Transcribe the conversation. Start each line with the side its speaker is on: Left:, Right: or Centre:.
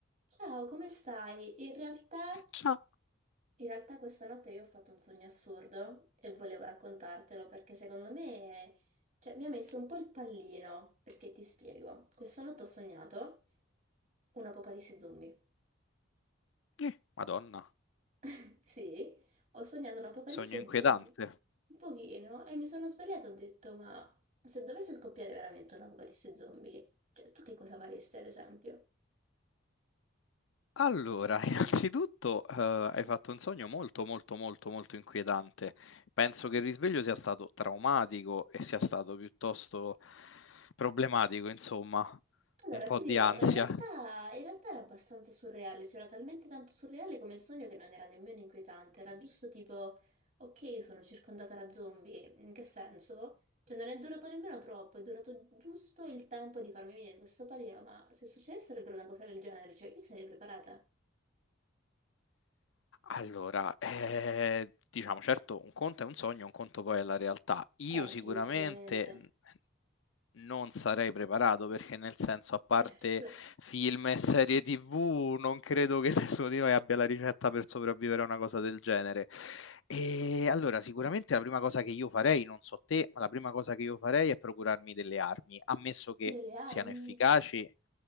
Right: Ciao, come stai? In realtà,
Left: Ciao.
Right: in realtà questa notte io ho fatto un sogno assurdo e volevo raccontartelo perché secondo me, cioè, mi ha messo un po' il pallino, perché ti spiego. Questa notte ho sognato un'apocalisse zombie.
Left: Eh, Madonna,
Right: <laughs> Sì, ho sognato un'apocalisse
Left: sogno inquietante.
Right: zombie. Un pochino, e mi sono svegliata e ho detto, ma se dovesse scoppiare veramente un'apocalisse zombie, cioè, tu che cosa faresti ad esempio?
Left: Allora, <laughs> innanzitutto, eh, hai fatto un sogno molto, molto, molto, molto inquietante. Penso che il risveglio sia stato traumatico e sia stato piuttosto problematico, insomma,
Right: Allora,
Left: un po'
Right: ti
Left: di
Right: dirò,
Left: ansia.
Right: in realtà, in realtà era abbastanza surreale, c'era talmente tanto surreale come sogno che non era nemmeno inquietante, era giusto tipo, ok, sono circondata da zombie, in che senso? Cioè non è durato nemmeno troppo, è durato giusto il tempo di farmi venire questo pallino, ma se succedesse davvero una cosa del genere, cioè io sarei preparata.
Left: Allora, eh, diciamo, certo, un conto è un sogno, un conto poi è la realtà. Io
Right: Eh sì,
Left: sicuramente
Right: sicuramente,
Left: non sarei preparato perché nel senso, a parte
Right: certo.
Left: film e serie TV, non credo che <laughs> nessuno di noi abbia la ricetta per sopravvivere a una cosa del genere. E allora, sicuramente la prima cosa che io farei, non so te, ma la prima cosa che io farei è procurarmi delle armi, ammesso che
Right: Delle armi?
Left: siano efficaci